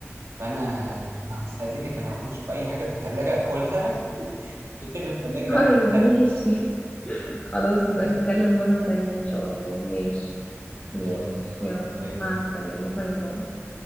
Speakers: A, on the right (about 70°); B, on the left (about 25°).
A: فانا أنا هستأذنك انا هقوم اشوف اي حاجه في الثلاجه اكلها <laughs> كده بنرجع
B: طيب
A: نتكلم
B: ماشي خلاص نبقى
A: <laughs>
B: نتكلم مرة تانية إن شاء الله ماشي ماشي
A: يلا
B: يلا
A: باي
B: مع
A: باي
B: السلامة باي باي